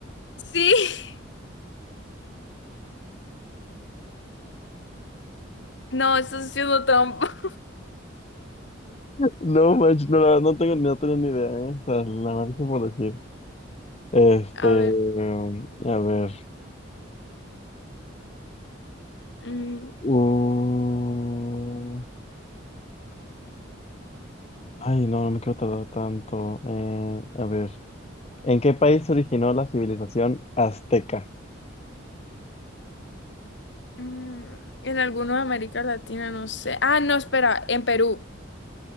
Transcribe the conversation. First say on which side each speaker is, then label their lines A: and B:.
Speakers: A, on the left (about 65°); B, on the left (about 35°).
A: Sí, <laughs> no, estás siendo trampa.
B: No, manches, no, la verdad no tengo, no tengo ni idea, ¿eh? O sea, la más que por decir. Este,
A: <laughs> A ver,
B: um, a ver.
A: mm,
B: Uh, Ay, no, no me quiero tardar tanto. Eh, a ver. ¿En qué país se originó la civilización azteca?
A: mm, en algunos de América Latina, no sé. Ah, no, espera, en Perú.